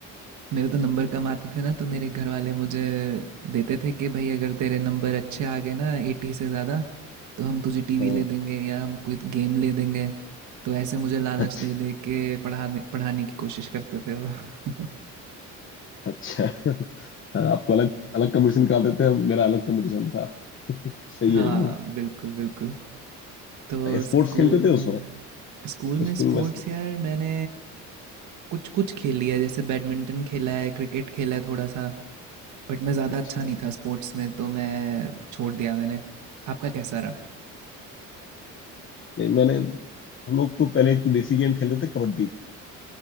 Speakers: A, on the right; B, on the left.
A: मेरे तो नंबर कम आते थे ना तो मेरे घर वाले मुझे देते थे कि भाई अगर तेरे नंबर अच्छे आ गए ना एटी से ज़्यादा तो हम तुझे टीवी
B: हाँ
A: ले देंगे या हम कोई गेम ले देंगे तो ऐसे मुझे लालच
B: अच्छा
A: दे दे के पढ़ाने पढ़ाने की कोशिश करते थे वो
B: अच्छा <laughs> हाँ, आपको अलग अलग कंपटीशन निकालते थे हम- मेरा अलग कंपटीशन था सही
A: <laughs> हाँ
B: है एकदम
A: बिल्कुल बिल्कुल तो स्कूल
B: स्पोर्ट्स खेलते थे
A: में
B: उसमें
A: स्कूल में
B: स्कूल
A: स्पोर्ट्स
B: में स्पो-
A: यार मैंने कुछ कुछ खेल लिया है, जैसे बैडमिंटन खेला है क्रिकेट खेला है थोड़ा सा बट मैं ज़्यादा
B: अच्छा
A: अच्छा नहीं था स्पोर्ट्स में तो मैं छोड़ दिया मैंने आपका कैसा रहा
B: नहीं मैंने हम लोग तो पहले एक तो देसी गेम खेलते थे कबड्डी